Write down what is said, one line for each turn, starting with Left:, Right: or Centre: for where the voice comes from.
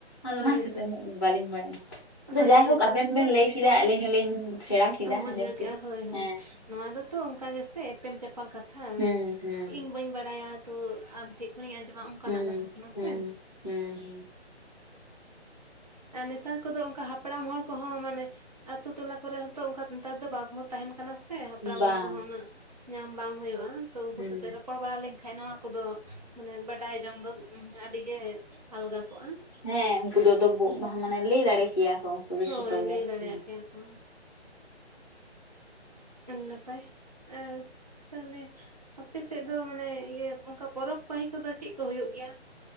Left: ᱟᱫᱚ
Right: ᱦᱳᱭᱛᱚ
Left: ᱚᱱᱟ ᱦᱚᱛᱟᱹᱤᱨ ᱛᱮ ᱩᱱᱟᱹᱜ ᱵᱟᱹᱞᱤᱧ ᱵᱟᱲᱟᱭᱟ, ᱟᱫᱚ
Right: ᱦᱳᱭ
Left: ᱡᱟᱭᱦᱳᱠ
Right: ᱟᱨ ᱱᱮᱛᱟᱨ
Left: ᱟᱵᱮᱱ
Right: ᱫᱚᱛᱚ
Left: ᱵᱮᱱ ᱞᱟᱹᱭ ᱠᱮᱫᱟ ᱟᱹᱞᱤᱧ ᱦᱚᱞᱤᱧ ᱥᱮᱬᱟ ᱠᱮᱫᱟ
Right: <unintelligible> ᱵᱩᱡᱷᱟᱹᱣ
Left: ᱟᱸᱡᱚᱢ ᱠᱮᱫᱟ
Right: ᱠᱮᱜᱼᱟ ᱦᱳᱭ ᱦᱳᱭ
Left: ᱦᱮᱸ
Right: ᱱᱚᱣᱟ ᱫᱚᱛᱚ ᱚᱱᱠᱟ ᱜᱮᱥᱮ ᱮᱯᱮᱢ ᱪᱟᱯᱟᱞ ᱠᱟᱛᱷᱟ,
Left: ᱦᱩᱸ ᱦᱩᱸ
Right: ᱤᱧ ᱵᱟᱹᱧ ᱵᱟᱲᱟᱭᱟ ᱛᱚ ᱟᱢ ᱴᱷᱮᱱ ᱤᱧ ᱟᱸᱡᱚᱢᱟ, ᱚᱱᱠᱟᱱᱟᱜ
Left: ᱦᱩᱸ
Right: ᱠᱟᱛᱷᱟ ᱠᱟᱱᱟ
Left: ᱦᱩᱸ
Right: ᱥᱮ
Left: ᱦᱩᱸ ᱦᱩᱸ
Right: ᱟᱨ ᱱᱮᱛᱟᱨ ᱠᱚᱫᱚ ᱚᱱᱠᱟ ᱦᱟ ᱯᱲᱟᱢ ᱦᱚᱲ ᱠᱚᱦᱚᱸ ᱢᱟᱱᱮ, ᱟᱹᱛᱳᱩ ᱴᱚᱞᱟ ᱠᱚᱨᱮ ᱦᱚᱸᱛᱚ ᱚᱱᱠᱟ ᱱᱮᱛᱟᱨ ᱫᱚ ᱵᱟᱝᱵ ᱛᱟᱦᱮᱱ ᱠᱟᱱᱟ ᱥ ᱦᱮ ᱦᱟᱯᱲᱟᱢ
Left: ᱵᱟᱝ
Right: ᱦᱚᱲ ᱠᱚᱦᱚᱸ ᱩᱱᱟᱹᱜ ᱧᱟᱢ ᱵᱟᱝ ᱦᱩᱭᱩᱜᱼᱟ, ᱛᱚ ᱩᱱᱠᱩ
Left: ᱦᱩᱸ
Right: ᱥᱟᱛᱮᱜ ᱨᱚᱯᱚᱲ ᱵᱟᱲᱟ ᱞᱮᱱᱠᱷᱟᱱ ᱱᱚᱣᱟ ᱠᱚᱫᱚ ᱢᱟᱱᱮ ᱵᱟᱰᱟᱭ ᱡᱚᱝ ᱫᱚ, ᱟᱹᱰᱤ ᱜᱮ ᱟᱞᱜᱟ ᱠᱚᱜᱼᱟ᱾
Left: ᱦᱮᱸ ᱩᱱᱠᱩ ᱫᱚ ᱛᱚᱵᱩ ᱢᱟᱱᱮ ᱞᱟᱹᱭ ᱫᱟᱲᱮ ᱠᱮᱭᱟ ᱠᱚ᱾ ᱫᱚ
Right: ᱦᱳᱭ
Left: ᱡᱷᱚᱛᱚ ᱜᱮ
Right: ᱞᱟᱹᱭ ᱫᱟᱲᱮᱭᱟᱼᱜ
Left: ᱦᱩᱸ
Right: ᱠᱮᱭᱟ ᱠᱚ᱾ ᱱᱟᱯᱟᱭ ᱟᱸᱻ ᱛᱟᱦᱚᱞᱮ ᱟᱯᱮᱥᱮᱫ ᱫᱚ ᱢᱟᱱᱮ, ᱤᱭᱟᱹ ᱚᱱᱠᱟ ᱯᱚᱨᱚᱵᱽ ᱯᱟᱹᱦᱤ ᱠᱚᱫᱚ ᱪᱮᱫ ᱠᱚ ᱦᱩᱭᱩᱜ ᱜᱮᱭᱟ?